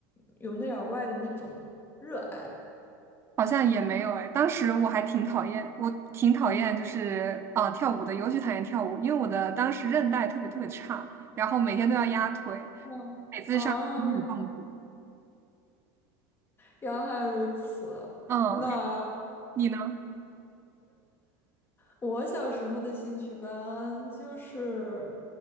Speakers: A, on the left; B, on the right.
A: 由内而外的那种热爱？
B: 好像也没有哎。当时我还挺讨厌，我挺讨厌就是啊、跳舞的，尤其讨厌跳舞，因为我的当时韧带特别特别差，然后每天都要压腿，
A: 嗯，啊，
B: 很痛苦。
A: 原原来如此。
B: 嗯，
A: 那。
B: 你呢？
A: 我小时候的兴趣班就是，